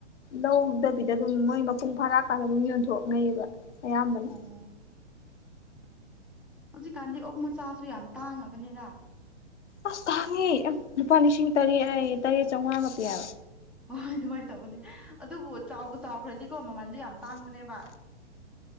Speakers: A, on the left; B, in the centre.
A: ꯂꯧꯗꯕꯤꯗ ꯑꯗꯨꯝ ꯃꯣꯏ ꯃꯄꯨꯡ ꯐꯥꯔꯛꯑꯀꯥꯟꯗ ꯑꯗꯨꯝ ꯌꯣꯟꯊꯣꯛꯅꯩꯌꯦꯕ ꯑꯌꯥꯝꯕꯅ
B: ꯑꯣ ꯍꯧꯖꯤꯛꯀꯥꯟꯗꯤ ꯑꯣꯛ ꯃꯆꯥꯁꯨ ꯌꯥꯝ ꯇꯥꯡꯉꯕꯅꯤꯗ
A: ꯑꯁ ꯇꯥꯡꯉꯦ ꯂꯨꯄꯥ ꯂꯤꯁꯤꯡ ꯇꯔꯦꯠ ꯇꯔꯦꯠ ꯆꯥꯎꯉꯥꯒ ꯄꯤ ꯌꯥꯕ
B: ꯍꯣꯏ ꯍꯣꯏ ꯑꯗꯨꯃꯥꯏꯅ ꯇꯧꯕꯅꯦ ꯑꯗꯨꯕꯨ ꯆꯥꯎꯕꯨ ꯆꯥꯎꯈ꯭ꯔꯗꯤꯀꯣ ꯃꯃꯟꯗꯣ ꯌꯥꯝ ꯇꯥꯡꯕꯅꯦꯕ